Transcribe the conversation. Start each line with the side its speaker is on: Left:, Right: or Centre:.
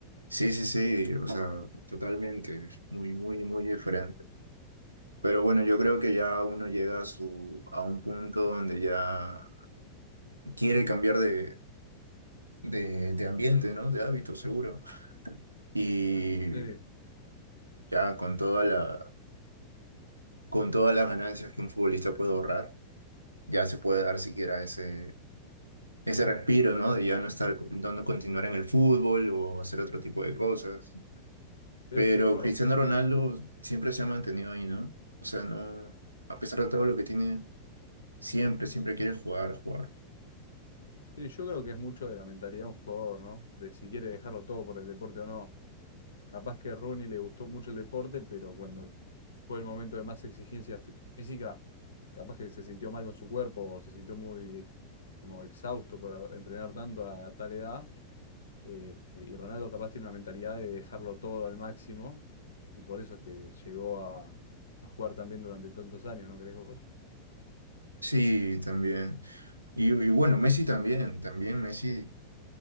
Right: sí, sí, sí, o sea, totalmente, muy, muy, muy diferente. Pero bueno, yo creo que ya uno llega a su, a un punto donde ya quiere cambiar de, de, de ambiente, ¿no? De hábito, seguro. Y
Left: Sí,
Right: ya con toda la, con todas las ganancias que un futbolista puede ahorrar, ya se puede dar siquiera ese, ese respiro, ¿no? De ya no estar dando continuar en el fútbol o hacer otro tipo de cosas.
Left: sí,
Right: Pero
Left: estoy de acuerdo.
Right: Cristiano Ronaldo siempre se ha mantenido ahí, ¿no? O sea, no, a pesar de todo lo que tiene, siempre, siempre quiere jugar, jugar.
Left: Sí, yo creo que es mucho de la mentalidad de un jugador, ¿no? De si quiere dejarlo todo por el deporte o no. Capaz que a Rooney le gustó mucho el deporte, pero cuando fue el momento de más exigencia fí- física, capaz que se sintió mal con su cuerpo, o se sintió muy ex- como exhausto por entrenar tanto a, a tal edad. eh, y Ronaldo capaz tiene una mentalidad de dejarlo todo al máximo, y por eso es que llegó a, a jugar también durante tantos años, ¿no crees vos?
Right: Sí, también. Y, y bueno, Messi también, también Messi